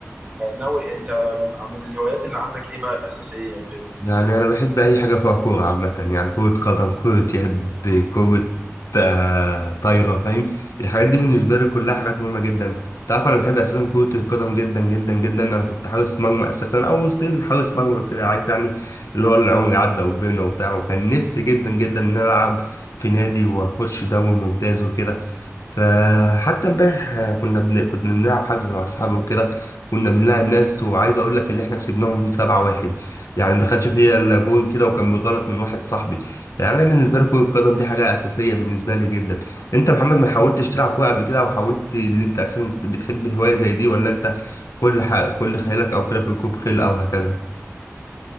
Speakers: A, on the right; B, on the left.
A: ناوي أنت من الهوايات اللي عندك إيه بقى الأساسية وكده
B: يعني أنا بحب أي حاجة فيها كورة عامة يعني كرة قدم كرة يد كرة آه، طايرة فاهم الحاجات دي بالنسبة لي كلها حاجات مهمة جدا تعرف أنا بحب أساسا كرة القدم جدا جدا جدا أنا كنت حارس مرمى أساسا أو ستيل حارس مرمى بس يعني عارف يعني اللي هو العمر عدى وكبرنا وبتاع وكان نفسي جدا جدا إن أنا ألعب في نادي وأخش دوري ممتاز وكده فحتى امبارح آه، كنا بن... كنا بنلعب حجز مع أصحابي وكده كنا بنلعب ناس وعايز أقول لك اللي إحنا كسبناهم 7-1 يعني ما دخلش فيا الا جون كده وكان بغلط من واحد صاحبي يعني انا بالنسبه لي كره القدم دي حاجه اساسيه بالنسبه لي جدا انت يا محمد ما حاولتش تلعب كوره قبل كده او حاولت ان انت اساسا بتحب هوايه زي دي ولا انت كل ح... كل خيالك او كده في ركوب خيل او هكذا